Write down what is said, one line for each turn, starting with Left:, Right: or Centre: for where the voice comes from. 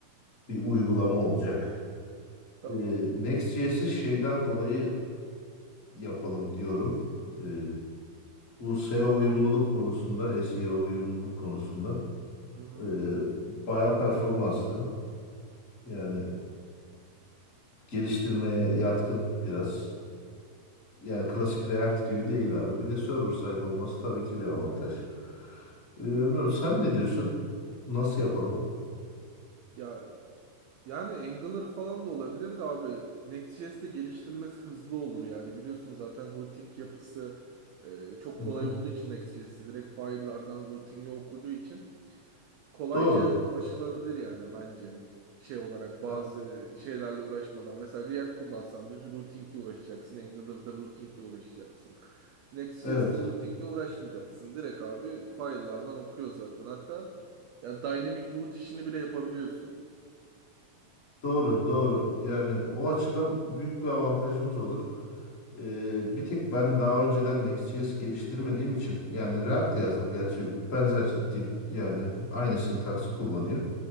Left: bir uygulama olacak.
Right: Tamam.
Left: Eee Next.js'i şeyden dolayı yapalım diyorum. Eee, bu SEO uyumluluk konusunda, SEO uyumluluk konusunda
Right: Hı hı.
Left: eee bayağı performanslı. Yani geliştirmeye yatkın biraz. Yani
Right: Hı
Left: klasik
Right: hı.
Left: React gibi değil abi. Bir de server side olması tabii ki bir avantaj. Ee, bilmiyorum, sen ne diyorsun? Nasıl yapalım?
Right: Ya yani Angular falan da olabilir de abi Next.js'te geliştirmesi hızlı olur yani biliyorsun zaten routing yapısı e, çok
Left: Hı
Right: kolay
Left: hı.
Right: olduğu için Next.js'i direkt file'lardan routing'i okuduğu için kolayca
Left: Doğru.
Right: aşılabilir yani bence. Şey olarak bazı
Left: E-
Right: şeylerle uğraşmadan. Mesela React kullansan düz routingle uğraşacaksın. Angular'da routingle uğraşacaksın. Next.js'te
Left: Evet.
Right: routingle uğraşmayacaksın. Direkt abi file'lardan okuyor zaten. Hatta ya dynamic route işini bile yapabiliyorsun.
Left: Doğru, doğru. Yani o açıdan büyük bir avantajımız olur. Ee, bir tek ben daha önceden Next.js geliştirmediğim için yani React yazdım gerçi benzer dil yani aynı sintaksı
Right: Hı hı.
Left: kullanıyor.